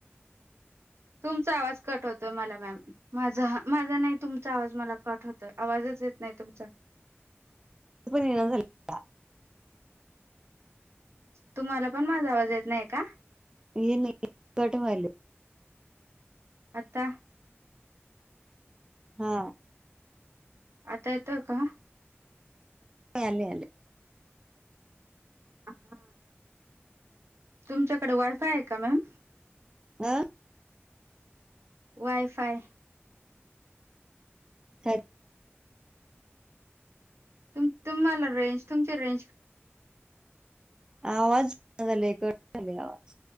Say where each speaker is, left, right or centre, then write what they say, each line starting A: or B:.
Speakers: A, on the right; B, on the right.
A: तुमचा आवाज कट होत मला मॅम माझा माझा नाही तुमचा आवाज मला कट होत आवाज येत नाही तुमचा
B: पण झाल का
A: तुम्हाला पण माझा आवाज येत नाही का
B: हे नाही कट व्हायला
A: आत्ता
B: हा
A: आता येतंय का
B: आले आले.
A: हा तुमच्याकडे वायफाय आहे का मॅम
B: आं
A: वयफाय
B: आहेत.
A: तु तुम्हाला रेंज तुमची रेंज
B: आवाज झाले क झाले आवाज